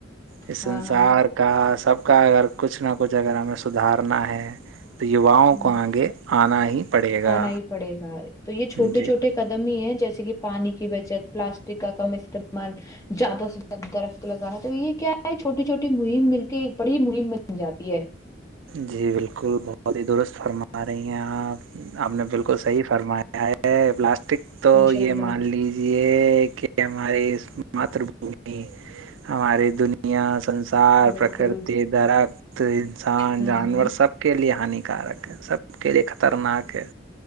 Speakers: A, on the right; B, on the left.
A: اس سنسار
B: ہاں ہاں
A: کا کا سب کا اگر کچھ نہ کچھ اگر ہمیں سدھارنا ہے تو یواؤں
B: ہ
A: کو آگے آنا ہی پڑے گا
B: آنا ہی پڑے گا تو یہ چھوٹے
A: جی
B: چھوٹے
A: بل-
B: قد م ہی ہے جیسے کہ پانی کی بچت پلاسٹک کا کم استعمال زیادہ سے زیادہ درخت لگانا ہے تو یہ کیا ہے چھوٹی چھوٹی مہم مل کے ایک بڑی مہم بن جاتی ہے
A: جی بالکل بہت ہی درست فرما رہی ہیں آپ آپ نے بالکل صحیح فرمایا کیا ہے پلاسٹک تو
B: انشاء
A: یہ
B: اللہ
A: مان لیج یہ کہ ہماری ماتر بھمی ہماری دنیا س سار
B: بالکل
A: پرکرتی درخت انسان
B: ہوں
A: جانور
B: ہوں
A: سب سب کے لیے ہانیکارک ہے سب کے لیے خطرناک ہے